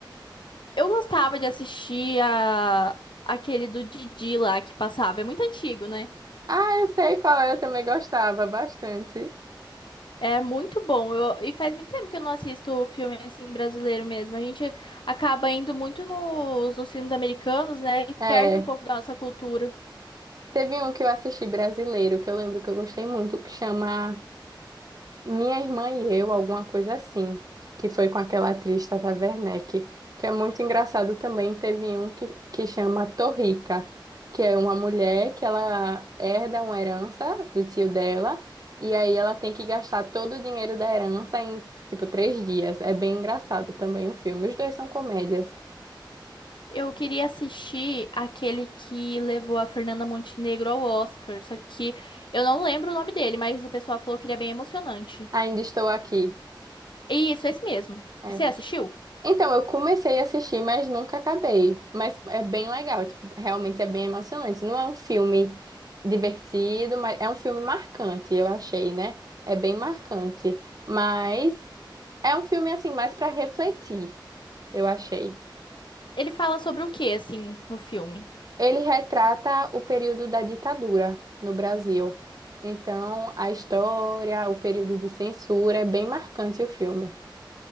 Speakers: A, on the left; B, on the right.
A: Eu gostava de assistir a... aquele do Didi lá que passava. É muito antigo, né?
B: Ah, eu sei qual é, eu também gostava bastante.
A: É muito bom. Eu- E faz muito tempo que eu não assisto filme assim brasileiro mesmo. A gente acaba indo muito nos, nos filmes americanos, né? E perde
B: É,
A: um pouco da nossa cultura.
B: teve um que eu assisti brasileiro, que eu lembro que eu gostei muito, que chama Minha Irmã e Eu, alguma coisa assim, que foi com aquela atriz Tata Werneck, que é muito engraçado também. Teve um que, que chama Torrica, que é uma mulher que ela herda uma herança do tio dela, e aí ela tem que gastar todo o dinheiro da herança em, tipo, três dias. É bem engraçado também o filme. Os dois são comédias.
A: Eu queria assistir aquele que levou a Fernanda Montenegro ao Oscar. Só que eu não lembro o nome dele, mas o pessoal falou que ele é bem emocionante.
B: Ainda estou aqui.
A: Isso, é esse mesmo.
B: É,
A: Você assistiu?
B: Então, eu comecei a assistir, mas nunca acabei. Mas é bem legal, tipo, realmente é bem emocionante. Não é um filme divertido, mas é um filme marcante, eu achei, né? É bem marcante, mas é um filme assim mais para refletir, eu achei.
A: Ele fala sobre o que, assim, no filme?
B: Ele retrata o período da ditadura no Brasil. Então, a história, o período de censura, é bem marcante o filme.